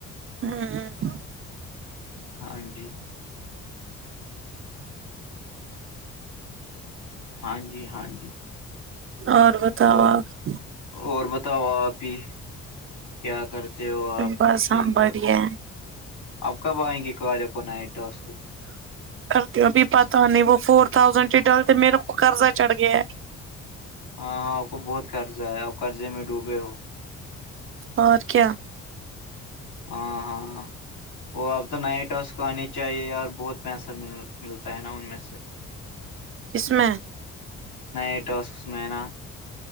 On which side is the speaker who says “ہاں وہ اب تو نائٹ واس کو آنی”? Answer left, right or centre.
Left